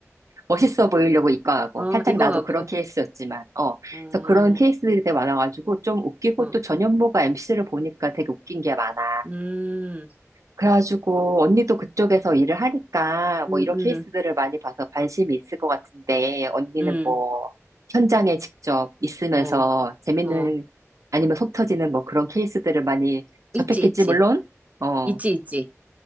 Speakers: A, on the right; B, on the right.
A: 멋있어 보이려고 이과하고
B: 어,
A: 살짝
B: 이거
A: 나도
B: 하고,
A: 그런 케이스였지만 어 그래서
B: 어,
A: 그런 케이스들이 되게 많아가지고 좀 웃기고
B: 어.
A: 또 전현무가 MC를 보니까 되게 웃긴 게 많아.
B: 음,
A: 그래가지고 언니도 그쪽에서 일을 하니까
B: 음,
A: 뭐 이런
B: 음,
A: 케이스들을 많이 봐서 관심이 있을 것 같은데 언니는
B: 음,
A: 뭐 현장에 직접 있으면서
B: 어,
A: 재밌는
B: 어,
A: 아니면 속 터지는 뭐 그런 케이스들을 많이 접했겠지
B: 있지, 있지,
A: 물론 어,
B: 있지, 있지.